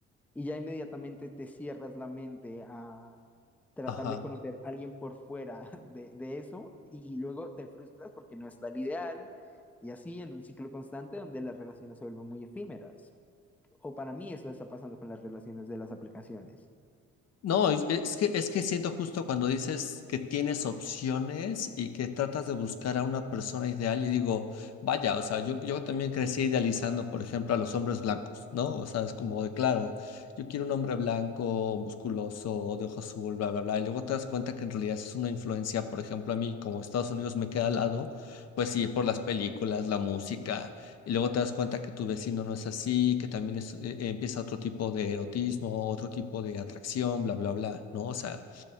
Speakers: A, in the centre; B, on the left (about 55°).
A: y ya inmediatamente te cierras la mente a tratar
B: Ajá.
A: de conocer a alguien por fuera <laughs> de, de eso y luego te frustras porque no está el ideal y así en un ciclo constante donde las relaciones se vuelven muy efímeras. O para mí eso está pasando con las relaciones de las aplicaciones.
B: No, es, es que, es que siento justo cuando dices que tienes opciones y que tratas de buscar a una persona ideal, y digo, vaya, o sea, yo, yo también crecí idealizando, por ejemplo, a los hombres blancos, ¿no? O sea, es como de, claro, yo quiero un hombre blanco, musculoso, de ojo azul, bla, bla, bla, y luego te das cuenta que en realidad eso es una influencia, por ejemplo, a mí, como Estados Unidos me queda al lado, pues sí, por las películas, la música y luego te das cuenta que tu vecino no es así, que también es, eh, eh, empieza otro tipo de erotismo, otro tipo de atracción, bla, bla, bla, ¿no? O sea,